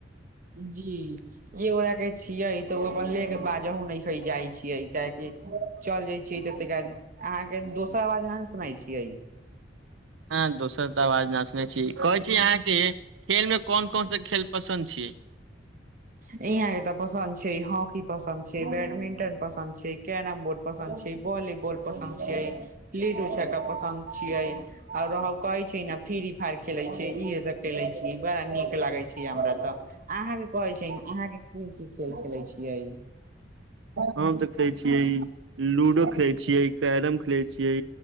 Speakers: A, on the right; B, on the right.
A: जी ए गोरा के छियै तऽ ओ अपन ले के बाजहु न जाइ छियै कियाकि चल जाय छिय त अहाँके दोस्त आवाज न सुनाै छियै
B: हँ दोसर तऽ आवाज नहि सुने छी कहै छी अहाँके खेल में कोन कोनस खेल पसन्द छी
A: ईहाँ के तऽ पसन्द छै हॉकी पसन्द छै बैडमिंटन पसन्द छै कैरम बोर्ड पसन्द छै भॉलीबॉल पसन्द छियै लूडू छका पसन्द छियै आर रह कहै छै न फि फर खेले छै इहे सब खेले छी बड़ा नीक लागे छै हमरा ते अहाँ के कहे छी। अहाँके की की खेल खेलै छियै
B: हम तऽ खेले छियै लूडो खेले छियै कैरम खेले छियै